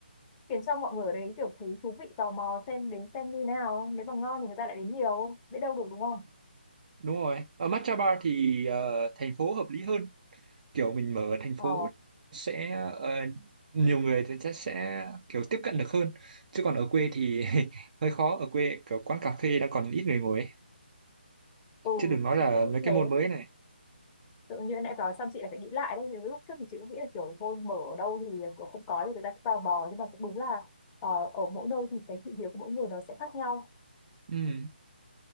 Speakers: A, on the left (about 15°); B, on the right (about 45°).
A: khiến cho mọi người ở đấy kiểu thấy thú vị tò mò xem đến xem như nào nếu mà ngon thì người ta lại đến nhiều biết đâu được đúng không
B: đúng rồi ở matcha bar thì ờ, thành phố hợp lý hơn kiểu mình mở ở thành phố
A: ờ
B: sẽ ờ, nhiều người thì chắc sẽ kiểu tiếp cận được hơn chứ còn ở quê thì <laughs> hơi khó ở quê kiểu quán cà phê đã còn ít người ngồi ấy.
A: Ừ,
B: chứ đừng nói là
A: chị cũng
B: mấy
A: nghĩ
B: cái
A: thế.
B: môn mới này
A: Tự nhiên nãy nói xong chị lại phải nghĩ lại đấy. Nếu Lúc trước thì chị cũng nghĩ là kiểu thôi mở ở đâu thì kiểu không có thì người ta sẽ tò mò. Nhưng mà cũng đúng là ờ, ở mỗi nơi thì cái thị hiếu của mỗi người nó sẽ khác nhau.
B: ừ.